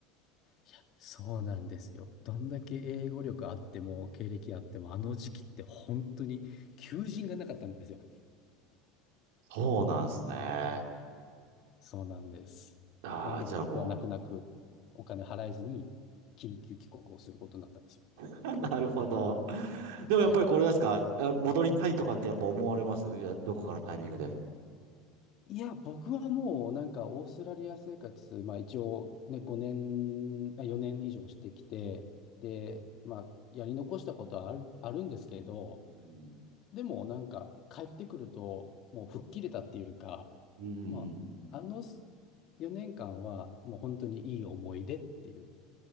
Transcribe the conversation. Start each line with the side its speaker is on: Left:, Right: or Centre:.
Left: いや、そうなんですよ。どんだけ英語力あっても、経歴あっても、あの時期って本当に求人がなかったんですよ。
Right: そうなんですね。
Left: そうなんです。
Right: ああ、
Left: なんで僕は泣く泣くお金払えずに緊急帰国をすることになったんですよ。
Right: じゃあもう。<laughs> なるほど。でもやっぱりこれですか、
Left: はい。
Right: あ戻りたいとかってやっぱ思われますいや、どこかのタイミングで。
Left: いや、僕はもうなんかオーストラリア生活、まあ一応ね、5年、あ4年以上してきて、で、まあやり残したことはある、あるんですけど、
Right: うん。
Left: でもなんか帰ってくるともう吹っ切れたっていうか、
Right: うん。
Left: まああの4年間はもう本当にいい思い出っていう